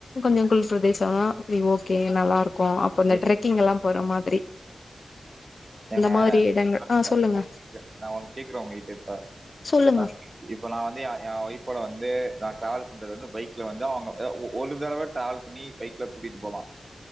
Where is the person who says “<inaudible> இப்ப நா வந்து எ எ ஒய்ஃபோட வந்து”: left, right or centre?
Right